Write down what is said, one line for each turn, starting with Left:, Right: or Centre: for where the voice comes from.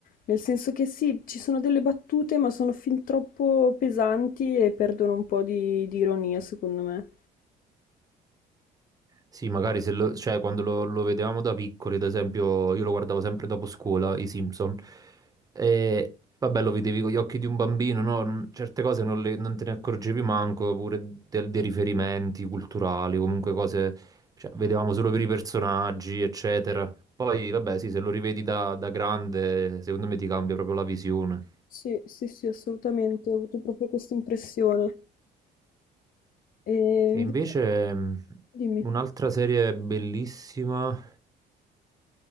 Left: Nel senso che sì, ci sono delle battute, ma sono fin troppo pesanti e perdono un po' di, di ironia, secondo me.
Right: Sì, magari se lo- cioè, quando lo, lo vedevamo da piccoli, ad esempio, io lo guardavo sempre dopo scuola, i Simpson. E vabbè, lo vedevi con gli occhi di un bambino, no? Non- certe cose non, le- non te ne accorgevi manco, pure del- dei riferimenti culturali, comunque cose, cioè, vedevamo solo per i personaggi, eccetera. Poi, vabbè, sì, se lo rivedi da, da grande, secondo me ti cambia proprio la visione.
Left: Sì, sì, sì, assolutamente, ho avuto proprio questa impressione. E invece,
Right: E invece, mh,
Left: dimmi,
Right: un'altra serie bellissima.